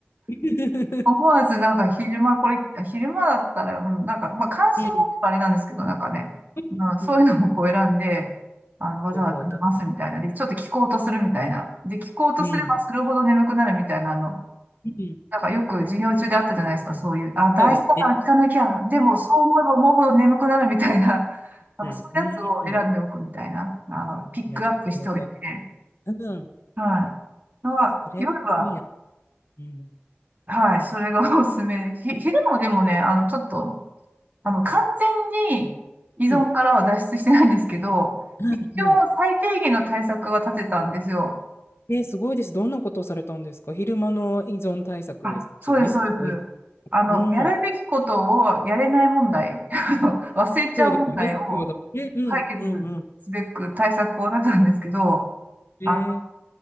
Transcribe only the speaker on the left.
<laughs>
うん。
うん
なるほど。
うん。
うん。
そうですね。
はい。うん。
なるほど。うん。
それはいいや。うん。
うん。はい。
はい。えー、すごいです。どんなことをされたんですか昼間の依存対策ですよね。
すごい。
うん。
そうですよね。先ほど。え、うん、
うん、うん。えー、